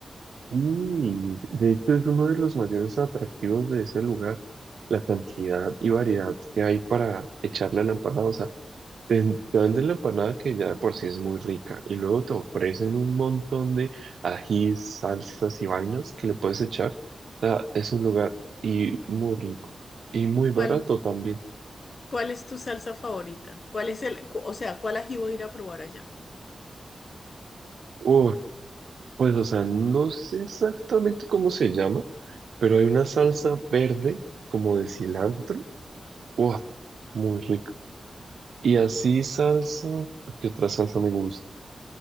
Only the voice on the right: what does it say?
Y de hecho es uno de los mayores atractivos de ese lugar, la cantidad y variedad que hay para echarle a la empanada, o sea, Te dan de la empanada que ya de por sí es muy rica y luego te ofrecen un montón de ajís, salsas y vainas que le puedes echar. O sea, es un lugar y muy rico y muy barato
también.
Uf, pues o sea, no sé exactamente cómo se llama, pero hay una salsa verde como de cilantro. Uf, muy rico. Y así salsa, ¿qué otra salsa me gusta?